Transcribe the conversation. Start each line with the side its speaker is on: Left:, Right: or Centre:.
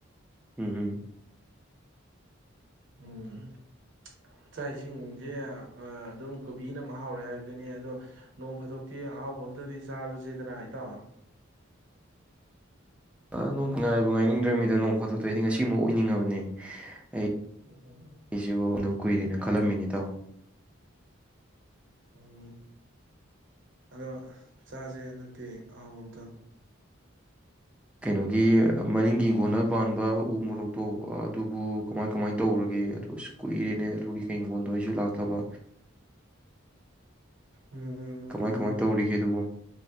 Centre: ꯎꯝ ꯍꯝ
Right: ꯎꯝ ꯆꯥꯛ ꯏꯁꯤꯡꯗꯤ ꯑꯗꯨꯝ ꯀꯣꯕꯤꯅ ꯃꯍꯥꯎꯔꯦ ꯍꯥꯏꯕꯗꯨꯅꯤ ꯑꯗꯣ ꯅꯣꯡ ꯐꯥꯗꯣꯛꯇꯤ ꯑꯍꯥꯎꯕ ꯑꯝꯇꯗꯤ ꯆꯥꯁꯤꯗꯅ ꯏꯇꯥꯎ
Centre: ꯑ ꯅꯣꯡ ꯉꯥꯏꯕꯨ ꯉꯥꯏꯅꯤꯡꯗ꯭ꯔꯕꯃꯤꯗ ꯅꯣꯡ ꯐꯥꯇꯣꯛꯇꯣ ꯑꯩꯗꯤ ꯉꯁꯤꯃꯛ ꯑꯣꯏꯅꯤꯡꯉꯕꯅꯤ ꯑꯩ
Right: ꯎꯝ
Centre: ꯑꯩꯁꯤꯕꯨ ꯑꯗ ꯀꯨꯏꯔꯦꯅ ꯈꯜꯂꯝꯃꯤꯅꯤ ꯏꯇꯥꯎ
Right: ꯎꯝ ꯑꯗꯣ ꯆꯥꯁꯦ ꯍꯟꯗꯛꯇꯤ ꯑꯍꯥꯎꯕ ꯑꯝꯇꯪ
Centre: ꯀꯩꯅꯣꯒꯤ ꯃꯅꯤꯡꯒꯤ ꯏꯪꯈꯣꯟꯗ ꯄꯥꯟꯕ ꯎ ꯃꯣꯔꯣꯛꯇꯣ ꯑꯗꯨꯕꯨ ꯀꯃꯥꯏ ꯀꯃꯥꯏ ꯇꯧꯔꯒꯦ ꯑꯗꯨ ꯑꯁ ꯀꯨꯏꯔꯦꯅꯦ ꯑꯗꯨꯒꯤ ꯍꯤꯡꯒꯣꯜꯗꯣ ꯑꯩꯁꯨ ꯂꯥꯛꯇꯕ
Right: ꯎꯝ
Centre: ꯀꯃꯥꯏ ꯀꯃꯥꯏ ꯇꯧꯔꯤꯒꯦ ꯑꯗꯨꯕꯨ